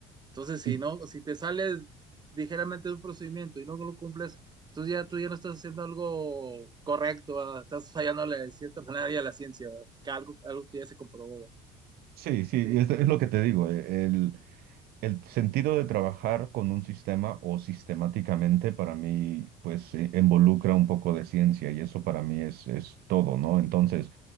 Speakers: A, on the right; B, on the right.
A: Entonces, si
B: y-
A: no, si te sales ligeramente de un procedimiento y no lo cumples, tú ya, tú ya no estás haciendo algo correcto, ¿verdad? Estás fallándole de cierta manera ya a la ciencia, ¿verdad? Que algo, algo que ya se comprobó, ¿verdad?
B: sí, sí,
A: Sí,
B: es, es
A: eh,
B: lo que te digo, eh, el, el sentido de trabajar con un sistema o sistemáticamente para mí, pues eh, involucra un poco de ciencia y eso para mí es, es todo, ¿no? Entonces...